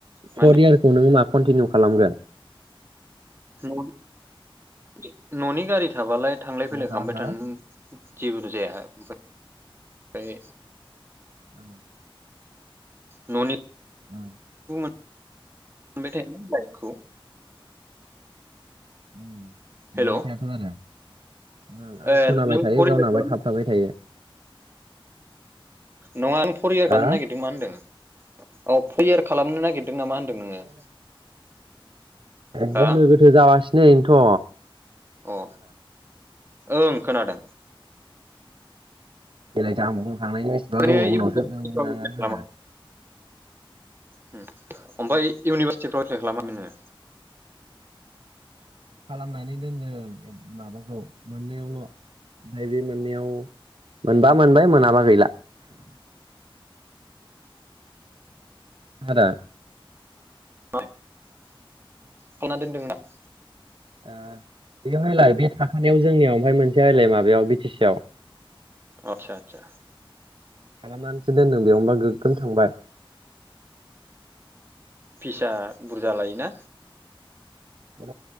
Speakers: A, on the right (about 25°); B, on the right (about 65°).
A: माने
B: फर इयारखौ नोङो मा कन्टिनिउ खालामगोन?
A: न'नि <inaudible> न'नि गारि थाबालाय थांलाय फैलाय
B: हो हो
A: खालामबाय
B: हो
A: थानो
B: उम
A: जेबोथ' जाया ओमफ्राय <inaudible> ओमफ्राय
B: औ।
A: न'नि
B: ओं।
A: <unintelligible> बाय थायो बाइकखौ
B: मोनबाय
A: हेल'
B: थायाथ आरो। ओं आं
A: ए
B: खोनाबाय
A: नों
B: थायो
A: फर
B: गावनाबा
A: इयार खालाम
B: थाब थाबाय थायो।
A: नङा आं फर इयार
B: हा
A: खालामनो नागिरदों मा होन्दों? औ फैयार खालामनो नागिरदों नामा होनदों नोङो।
B: ए
A: हा
B: गोनो गोथो जागासिनो इनथ'।
A: अ ओं खोनादों
B: बे्लायथो आंबो बुंखांनायनि बेसेबा
A: ओरैनो
B: गोबाव उनावसो
A: इउनिभारसिटिफ्राव
B: न नङा
A: एप्लाइ खालामा
B: होनो।
A: ओमफ्राय इउनिभारसिटिफ्राव एप्लाइ खालामा नोङो?
B: खालामनानै दोनदों माबाखौ। मोननैआवल नैबे मोनैयाव मोनबा मोनबाय मोनाबा गैला आदा।
A: <unintelligible> खालामना दोनदों आं।
B: ओ बेवहायलाय बे थाखानायाव जोंनियाव ओमफ्राय मोनसे आलाय माबायाव बि टि सि आव
A: आतसा आतसा
B: खालामनानैसो दोनदों बेयावबा गोगोम थांबाय।
A: फिसा बुरजा लायोना।
B: उ